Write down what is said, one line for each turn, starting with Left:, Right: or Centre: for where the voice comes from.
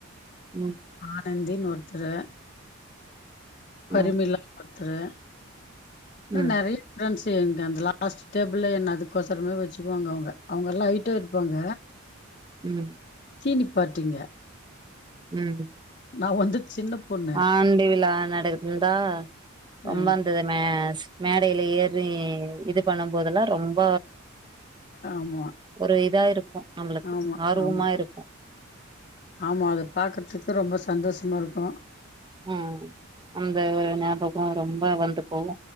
Right: ம்
Left: ஆனந்தின் ஒருத்தரு பருமிலான்னு
Right: ம்
Left: ஒருத்தரு இன்னு
Right: ம்
Left: நெறையா ஃப்ரெண்ட்ஸு எங்க அந்த லாஸ்ட் டேபிளில் என்ன அதுக்கோசரமே வச்சுக்குவாங்க அவுங்க அவுங்கல்லா ஐட்டா இருப்பாங்க
Right: ம்
Left: தீனி பார்த்தீங்க
Right: ம்
Left: நா வந்து சின்ன பொண்ணு
Right: ஆண்டுவிழா நடக்குது இந்தா ரொம்ப
Left: அ
Right: அந்த மே ஸ் மேடைல ஏறி இது பண்ணும்போதெல்லா ரொம்ப
Left: ஆமா
Right: ஒரு இதா இருக்கு நம்மளுக்கு
Left: ஆமா
Right: ஆர்வமா
Left: ஆமா
Right: இருக்கு
Left: ஆமா அது பாக்கறதுக்கு ரொம்ப சந்தோஷமா இருக்கு
Right: ம் அந்த ஒரு ஞாபக ரொம்ப வந்து போகு